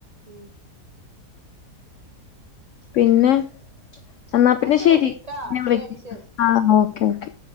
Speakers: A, on the right; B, on the left.
A: ഉം
B: പിന്നെ എന്നാ പിന്നെ
A: ശരിട്ടോ
B: ശരി ഞാൻ വിളി
A: ശരി ശരി
B: ആഹ് ഓക്കേ ഓക്കെ